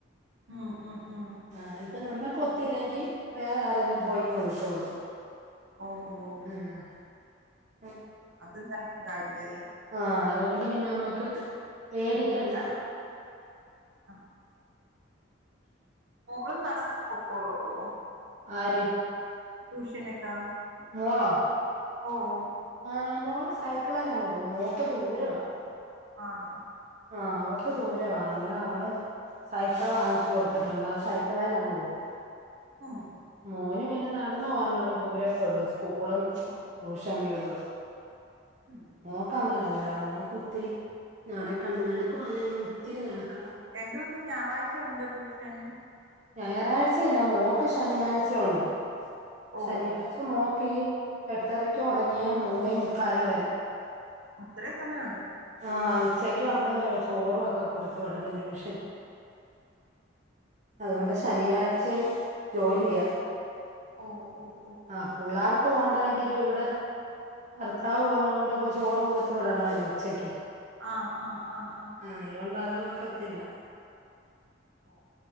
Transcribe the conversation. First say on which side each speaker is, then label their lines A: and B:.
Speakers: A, on the right; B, on the right.
A: ഉം ഉം ഉം
B: ആഹ് ഇപ്പ നമ്മക്ക് ഒത്തില്ലെങ്കി വേറെ ആരേലും പോയിങ്ങ് വിളിച്ചോളും
A: ഓഹ്
B: ആഹ്
A: അതെന്തായാലും കാര്യായി
B: ആഹ് അതുകൊണ്ട് പിന്നെ നമ്മക്ക് പേടിക്കണ്ട
A: ആഹ് മോളും നടന്നങ്ങ് പൊക്കോളുവോ
B: ആര്
A: ട്യൂഷനെക്കാ
B: മോളോ
A: ഓഹ്
B: ആഹ് മോള് സൈക്കിളേലങ്ങ് പോം മോക്ക് ദൂരവാ
A: ആണോ
B: ആഹ് അവക്ക് ദൂരവാ അന്നേരം അവള് സൈക്കള് വാങ്ങിച്ചു കൊടുത്തിട്ടൊണ്ട് ആ സൈക്കിളേലങ്ങ് പോകും
A: ഉം
B: മോന് പിന്നെ നടന്ന് പോവാനുള്ള ദൂരവേ ഒള്ളൂ സ്കൂളും
A: ഓ ഓ
B: ട്യൂഷൻ
A: ഓ
B: വീടുവൊക്കെ
A: ഓ ഉം
B: മോക്കങ്ങന നല്ലത മോക്ക് ഒത്തിരി നടക്കണം നടക്കുവാന്നേ നമ്മള് ഒത്തിരി നടക്കണം
A: രണ്ട് പേർക്കും ഞാറാഴ്ച ഒണ്ടോ ട്യൂഷൻ
B: ഞായറാഴ്ച ഇല്ല മോക്ക് ശനിയാഴ്ച ഒണ്ട്
A: ഓ
B: ശനിയാഴ്ച
A: ഓ
B: മോക്ക് ഈ എട്ടരയ്ക്കു തൊടങ്ങിയാ മൂന്നേ മുക്കാല് വരെ
A: അത്രേം സമയൊ
B: ആഹ് ഉച്ചക്ക് നമ്മള് ചോറും ഒക്കെ കൊടു ത്തുവിടണം ട്യൂഷൻ അതുകൊണ്ട് ശനിയാഴ്ചേ- ജോലിയാ-
A: ഓഹ് ഓഹ് -
B: ആഹ് പുള്ളാർക്ക്- ക്ക്പോണ്ടാഎങ്കിലും ഇവിടെ ഭർത്താവ് പോന്നകൊണ്ട് ചോറ് കൊടുത്ത് വിടണവല്ലോ ഉച്ചക്ക്-
A: ആഹ് ആഹ് ആഹ്-
B: ആഹ് അത്കൊണ്ടതും ഒക്കത്തില്ല-
A: ഓ